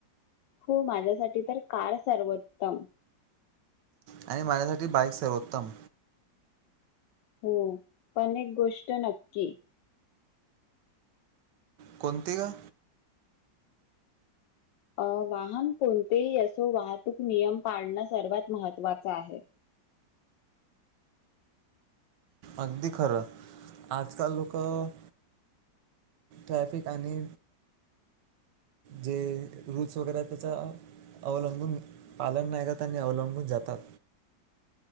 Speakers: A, on the left (about 80°); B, on the right (about 75°).
A: हो माझ्यासाठी तर कार सर्वोत्तम.
B: आणि माझ्यासाठी बाईक सर्वोत्तम.
A: हो पण एक गोष्ट नक्की
B: कोणती ग?
A: अ वाहन कोणतेही असो, वाहतूक नियम पाळणं सर्वात महत्वाचं आहे.
B: अगदी खरं, आजकाल लोकं ट्रॅफिक आणि जे रूल्स वगैरे आहे त्याच अवलंबून पालन नाही करत आणि अवलंबून जातात.